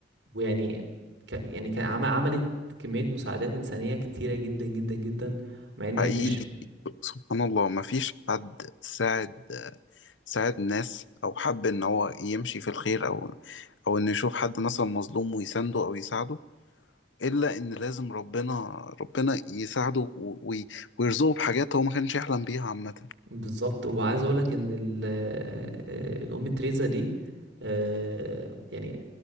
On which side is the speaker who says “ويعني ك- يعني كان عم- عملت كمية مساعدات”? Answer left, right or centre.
Right